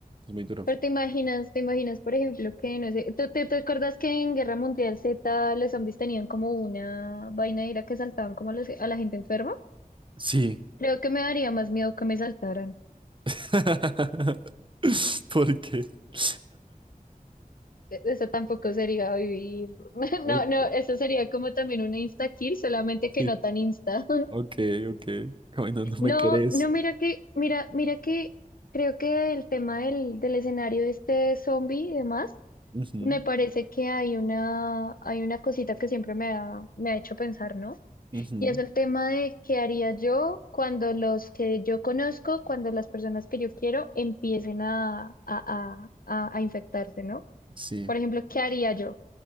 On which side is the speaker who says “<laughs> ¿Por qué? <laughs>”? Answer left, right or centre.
Right